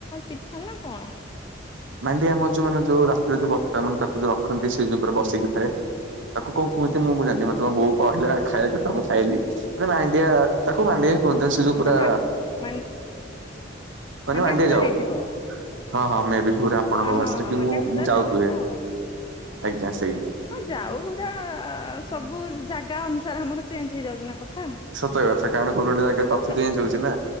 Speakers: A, on the left (about 25°); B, on the right (about 70°).
A: ପିଠା ନା କଣ।
B: ମଣ୍ଡିଆ ଆମ ଯୋଉ ମାନେ ଯୋଉ ରାସ୍ତାରେ ଯୋଉ ବ ମାନ ତାକୁ ଯୋଉ ରଖନ୍ତି ସେ ଯୋ ଉପରେ ବସିକିଥାଏ ତାକୁ କଣ କୁହନ୍ତି ମୁଁ ମୁଁ ଜାଣିନି ମତ ତମେ ବୋଉ କହିଲା ଖାଇବା କଥା ମୁଁ ଖାଇଲି। ମାନେ ମାଣ୍ଡିଆ ତାକୁ ମାଣ୍ଡିଆ କୁହନ୍ତି ସେ ଯୋଉ
A: ସେଟା
B: ପୁରା
A: ମା ମାନ୍
B: ମାନେ
A: ମାଣ୍ଡିଆ ଘୁରା
B: ଯାଉ।
A: ହେଇଥିବ।
B: ହଁ ହଁ ମେ ବି ଘୁର ଆପଣଙ୍କ
A: ଆ
B: ଭାଷାରେ
A: ହଁ ହଁ
B: କି
A: ମାଣ୍ଡିଆ
B: ମୁଁ
A: ଘୁରା
B: ମୁଁ ଯାଉ କୁହେ
A: ଏକା ଆଉ।
B: ଆଜ୍ଞା ସେଇ
A: ହଁ ଯାଉ ଘୁରା ସବୁ ଜାଗା ଅନୁସାରେ ଆମର ଚେଞ୍ଜ ହେଇଯାଉଚି ନା କଥା।
B: ସତ କଥା କାରଣ ଗୋଟେ ଗୋଟେ ଜାଗାରେ କଥା
A: ତାପରେ
B: ଚେଞ୍ଜ ହଉଚି ନା